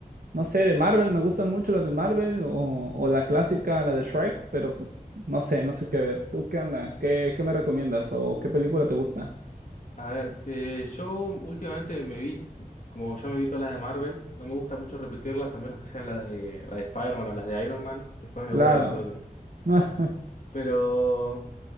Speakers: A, on the right; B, on the left.
A: No sé, de Marvel, me gustan mucho las de Marvel o, o la clásica, la de Shrek, pero pues no sé, no sé qué ver. ¿Tú qué onda? ¿Qué, qué me recomiendas? ¿O qué película te gusta?
B: A ver, eh, yo últimamente me vi, como ya me vi todas las de Marvel, no me gusta mucho repetirlas a menos que sean las de, la de Spider-Man o las de Iron Man, después me
A: Claro.
B: aburren un toque.
A: <laughs>
B: Pero,